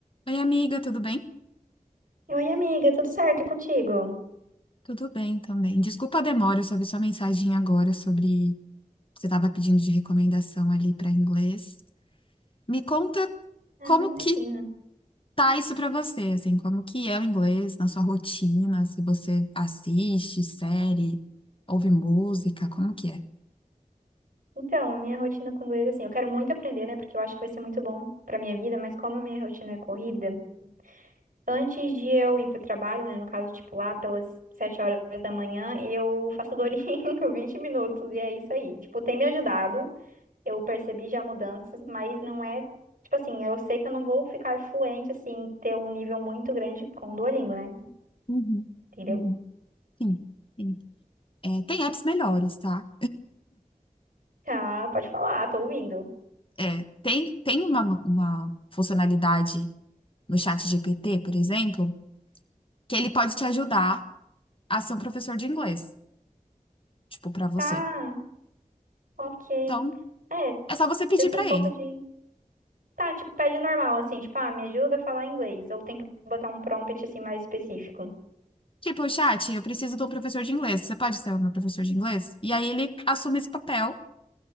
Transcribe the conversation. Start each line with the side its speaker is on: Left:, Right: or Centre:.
Left: Oi, amiga, tudo bem?
Right: Oi, amiga, tudo certo? E contigo?
Left: Tudo bem também. Desculpa a demora, eu só vi sua mensagem agora sobre você estava pedindo de recomendação ali para inglês. Me conta
Right: Ah,
Left: como
Right: não imagina.
Left: que tá isso para você, assim, como que é o inglês na sua rotina, se você assiste série, ouve música, como que é?
Right: Então, a minha rotina com inglês, assim, eu quero muito aprender, né? Porque eu acho que vai ser muito bom pra minha vida, mas como a minha rotina é corrida, antes de eu ir pro trabalho, né? No caso, tipo, lá pelas sete horas da manhã, eu faço dorinho <laughs> 20 minutos, e é isso aí. Tipo, tem me ajudado, eu percebi já mudanças, mas não é. Tipo assim, eu sei que eu não vou ficar fluente, assim, ter um nível muito grande com o Duolingo, né?
Left: Uhum,
Right: Entendeu?
Left: uhum. Sim, sim. É, tem apps melhores, tá?
Right: Tá, pode falar, tô ouvindo.
Left: É, tem, tem uma, uma funcionalidade no chat GPT, por exemplo, que ele pode te ajudar a ser um professor de inglês, tipo, pra você.
Right: Tá. Ok.
Left: Então,
Right: É,
Left: é só você pedir
Right: eu tenho
Left: pra
Right: um pouco
Left: ele.
Right: de. Tá, tipo, pede normal, assim, tipo, ah, me ajuda a falar inglês. Ou tem que botar um prompt, assim, mais específico.
Left: Tipo, chat, eu preciso de um professor de inglês. Você pode ser o meu professor de inglês? E aí ele assume esse papel